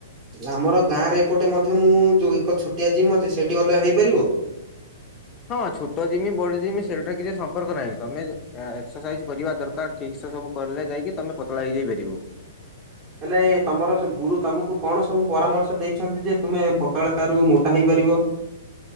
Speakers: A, on the right; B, on the left.
A: ଆମର ଗାଁରେ ଏପଟେ ମଧ୍ୟ ମୁଁ ଯୋଉ ଏକ ଛୋଟିଆ ଜିମ ଅଛି ସେଇଠି ଗଲେ ହେଇପାରିବ?
B: ହଁ ଛୋଟ ଜିମି ବଡ ଜିମି ସେଇଟା କିଛି ସମ୍ପର୍କ ନାହିଁ ତମେ ଏକ୍ସରସାଇଜ କରିବା ଦରକାର। ଠିକ ସେ ସବୁ କଲେ ଯାଇକି ତମେ ପତଳା ହେଇଯାଇ ପାରିବ।
A: ହେଲେ ତମର ଗୁରୁ ତମକୁ କଣ ସବୁ ପରାମର୍ଶ ଦେଇଛନ୍ତି ଯେ ତୁମେ ପତଳ ରୁ ମୋଟା ହେଇପାରିବ?